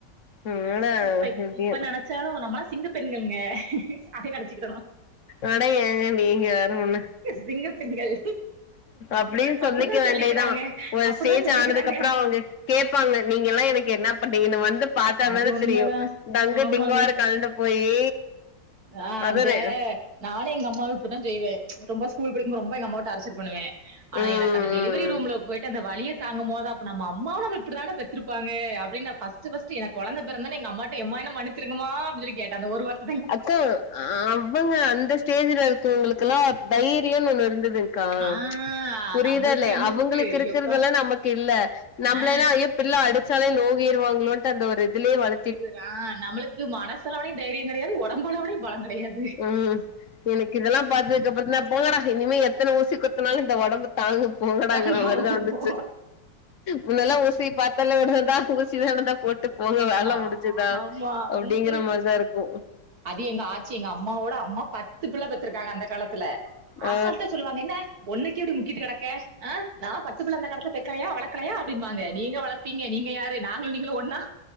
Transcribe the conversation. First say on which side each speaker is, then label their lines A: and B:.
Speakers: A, on the left (about 55°); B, on the right (about 55°).
A: அதனால
B: சோ அப்பா இப்ப
A: எப்டியு
B: இப்ப நென ச்சாலு நம்மளா சிங்க பெண்களுங்க <unintelligible> நடிச்சிக்கிடணு
A: அட ஏங்க நீங்க வேற ஒன்னு
B: சிங்க பெண்கள்
A: அப்டீன் சொல்லிக்க
B: அப்படித்தா
A: வேண்டிதா
B: சொல்லிக்கிறாங்க
A: ஒரு
B: அப்படித்தா
A: ஸ்டேஜ்
B: சொல்லிக்கிறாங்க
A: ஆனதுக்கப்பறோ அவங்க கேப்பாங்க நீங்கெல்லா எனக்கு என்ன பண்ணீங்கன்னு வந்து பாத்தா
B: அது
A: தான
B: உண்மதா
A: தெரியு டங்கு
B: ஆமாங்க
A: டிங்குவாரு கலுண்டு போய்
B: ஆ
A: அதறு
B: அந்த நானு எங்க அம்மாளு இப்படிதா செய்வே ரொம்ப ஸ்கூல் படிக்கும்போ ரொம்ப எங்க அம்மாவ டார்ச்சர் பண்ணுவே அனா
A: ம்
B: எனக்கு
A: ம்
B: அந்த டெலிவரி
A: ம்
B: ரூம்ல போயிட்டு அந்த வலிய தாங்கும் போது அப்ப நம்ம அம்மாவு நம்ம இப்படிதான பெத்துருப்பாங்கா அப்டின் நா ஃபஸ்டு ஃபஸ்ட் எனக் கொழந்த பெறந்துண்ணெ எங்க அம்மாட்ட எம்மா என்ன மன் னிச்சிருங்கமா அப்படின் சொல்லி கேட்ட அந்த ஒரு வரு
A: அக்கா அவங்க அந்த ஸ்டேஜ்ல இருக்கவங்களுக்குல்லாதைரியொன் ஒண்ணு இருந்துதுங் க்கா
B: ஆ
A: புரிதா
B: நம்மளுக்கு
A: இல்லயா
B: என்ன
A: அவுங்களுக்கு
B: இருக்கு ஐயோப்பா
A: இருக்கறதல்லா நமக்கு இல்ல நம்லே
B: ஆ
A: தா ஐயோ பிள்ள அடிச்சாலு நோகிருவாங்களோன்ட்டு அந்த ஒரு இதுலே வளத்
B: இவுரா நம்மளுக்கு மனசளவுலையு தைரியோ கெடையாது ஒடம்பளவுலயூ பலோ கெடையாது
A: ம் எனக்கு இதல்லா பாத்ததுக்கப்பறோ தா போங்கடா இனிமே எத்தன ஊசி குத்துனாலு இந்த ஒடம்பு தாங்கு போங்கடாங்கற
B: தாங்குவோ
A: மாரிதா வந்துச்சு முன்னல்லா ஊசிய பாத்தாலே <unintelligible> ஊசி வேணுதா போட்டு போக வேல
B: ஆமா
A: முடிஞ்சிதா அப்டிங்கற
B: ம் ம்
A: மாரிதா இருக்கு
B: அது எங்க ஆச்சி எங்க அம்மாவோட அம்மா பத்து பிள்ள பெத்துருக்காங்க அந்த காலத்துல
A: ஆ
B: அசால்ட்டா சொல்லுவா அங்க என்ன ஒன்னுக்கே இப்டி முக்கிட்டு கெடக்க ஆ நா பத்து பிள்ள அந்த காலத்துல பெக்கலயா வளக்கலயா அப்டின்னுவாங்க நீங்க வளப்பீங்க நீங்க யாரு நாங்களு நீங்களு ஒன்னா